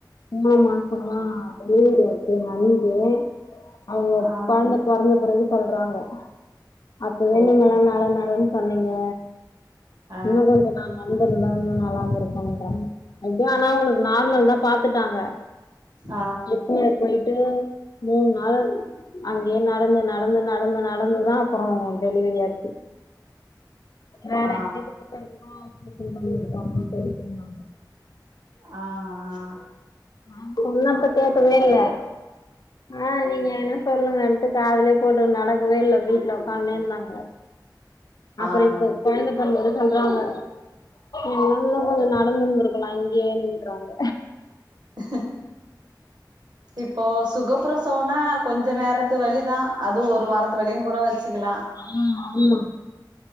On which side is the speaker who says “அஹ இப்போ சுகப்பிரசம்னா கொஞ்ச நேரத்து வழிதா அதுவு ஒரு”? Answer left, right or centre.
Right